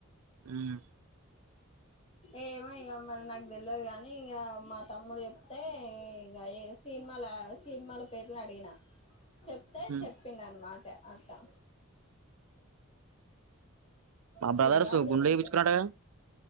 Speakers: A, on the right; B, on the left.
A: ఉమ్
B: ఏమో ఇగ మరి నాకు తెలియదు గానీ ఇగ మా తమ్ముడు చెప్తే ఇగ సినిమాలు సినిమాల పేర్లు అడిగిన చెప్తే
A: ఉహు
B: చెప్పిండ అన్నమాట అట్టా ఇందా
A: మా
B: చూడాలి
A: బ్రదర్స్ గుండ్లు
B: ఇంక
A: చేయించుకున్నారట కదా